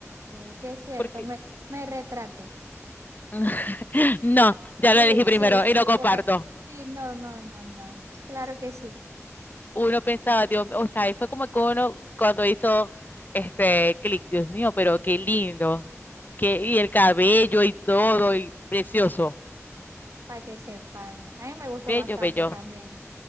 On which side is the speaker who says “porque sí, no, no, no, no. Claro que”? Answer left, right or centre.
Right